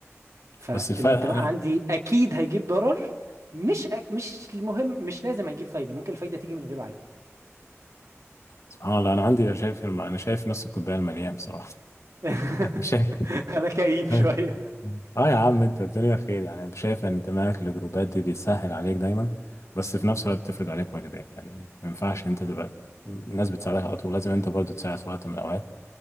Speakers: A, on the right; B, on the left.
A: فالانتماء
B: بس الفرق أنا
A: عندي اكيد هيجيب ضرر مش أ- مش المهم مش لازم هيجيب فايدة ممكن الفايدة تيجي من غيره عادي
B: سبحان الله أنا عندي لا شايف الم- أنا شايف نص الكوباية المليان بصراحة
A: <laughs>
B: <laughs> شايف
A: انا كئيب شوية
B: أيوة. اه يا عم انت الدنيا خير يعني شايف ان انتمائك للجروبات دي بيسهل عليك دايما بس في نفس الوقت بتفرض عليك واجبات يعني ما ينفعش انت تبقى الناس بتساعدك على طول لازم انت برضه تساعد في وقت من الاوقات